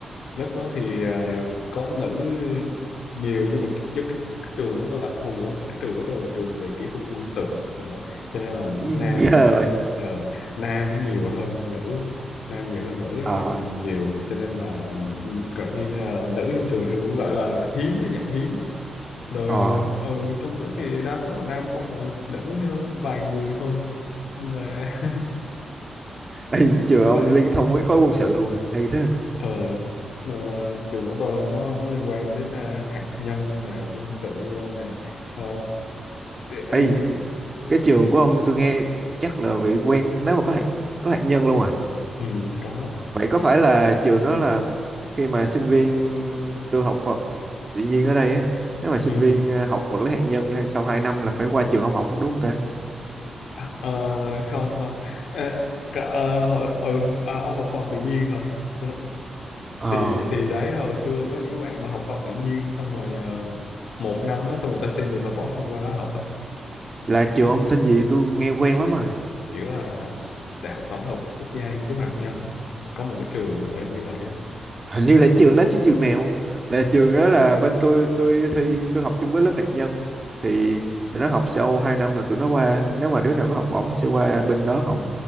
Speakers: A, on the left; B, on the right.
A: lớp đó thì à, có nữ nhiều nhưng mà cái- do cái, cái trường của tôi đặc thù á cái trường của tôi là trường về kỹ thuật quân sự nữa cho nên là
B: <laughs>
A: nam
B: ghê rồi
A: ờ, nam nó nhiều hơn nữ nam nhiều hơn nữ rất
B: ờ
A: là nhiều cho nên là ừ, gọi như là nữ trong trường thì cũng gọi là hiếm cái dạng hiếm á. rồi
B: ờ
A: ờ, ừ, trong lớp thì đa số là nam không mà nữ ờ, vài người thôi Nên là
B: Ê, trường
A: <laughs>
B: ông liên thông với khối quân sự luôn à hay thế
A: ờ ờ, trường của tôi nó nó liên quan đến à, hạt nhân nè quân sự nè ờ, AI
B: Ê, cái trường của ông tôi nghe chắc là bị quen nếu mà có hạt có hạt nhân luôn à
A: ừ, có
B: Vậy có phải là trường đó là khi mà sinh viên tôi học khoa tự nhiên ở đây ấy, nếu mà sinh
A: ừ.
B: viên ờ, học vật lý hạt nhân thì sau 2 năm là phải qua trường ông học đúng không ta?
A: À, ờ, không không à, cả, ờ, hồi, ừ à, ở học khoa học tự nhiên hả Ừ,
B: Ờ,
A: thì thì đấy hồi xưa có những bạn mà học khoa học tự nhiên xong rồi ờ, một năm á xong người ta xin được học bổng đi qua đó học á
B: là trường ông tên gì tôi nghe quen lắm mà.
A: kiểu là đại học tổng hợp quốc gia nghiên cứu hạt nhân có một cái trường gọi là như vậy á
B: Hình như là trường đó chứ trường nào. Là trường đó là bên tôi tôi thi tôi học chung với lớp hạt nhân thì tụi nó học sau 2 năm là tụi nó qua, nếu mà đứa nào có học bổng thì sẽ qua bên đó học.
A: Ừ.